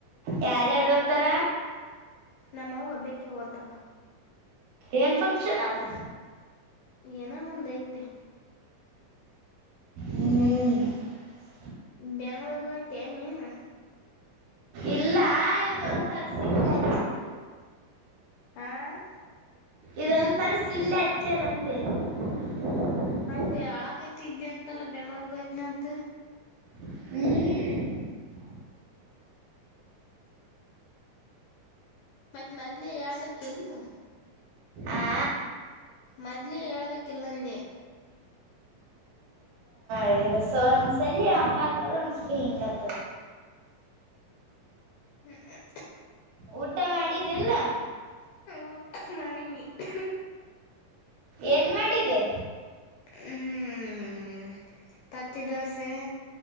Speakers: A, on the right (about 75°); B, on the left (about 80°).
A: ಯಾರ್ಯಾರ್ ಹೋತರ
B: ನಮ್ಮ ಅವ್ವ್ ಒಬ್ಬಕ್ಕೆ ಹೋತಳ.
A: ಏನ್ ಫಂಕ್ಷನ್ ಅದು.
B: ಏನೋ ಒಂದಐತೆ
A: ಹ್ಮ್ <unintelligible>
B: ಬೆಂಗಳೂರುಗ್ ಹೋಯ್ತಿ ಏನ್ ನೀನು.
A: ಇಲ್ಲ ಇವದೊಂದ ಅರಸಿಂಗ <unintelligible>
B: ಹ <unintelligible>
A: ಇದೊಂದ ಅರಸಿ ಇಲ್ಲ ಹಚ್ಚರ್ಂದೆ <unintelligible>
B: <unintelligible> ಇದೆ ಅಂತಲ್ಲ ಬೆಂಗ್ಳೂರಿಗ ಹೋಯ್ಯ್ತನ ಅಂತ.
A: ಹ್ಮ
B: ಮತ್ತ್ ಮೊದ್ಲೆೇ ಯಳ್ಬೇಕ <unintelligible> ಎಲ್ಲಿ.
A: ಆ
B: ಮೊದ್ಲೇ ಹೇಳ್ಬೇಕಕ್ಕಿಲ್ಲಂದೆ.
A: <unintelligible> ಒಂದ್ಸರಿ ಹಂಗ ಆತದ ಒಂದ್ಸರಿ ಹಿಂಗ ಆತದ.
B: ಹ <unintelligible>
A: ಊಟ ಮಾಡಿದ್ದಲ್ಲ.
B: ಊಟ ಮಾಡಿನಿ <unintelligible>
A: ಏನ್ ಮಾಡಿದೆ.
B: ಹ <unintelligible> ಪತಿದೋಸೆ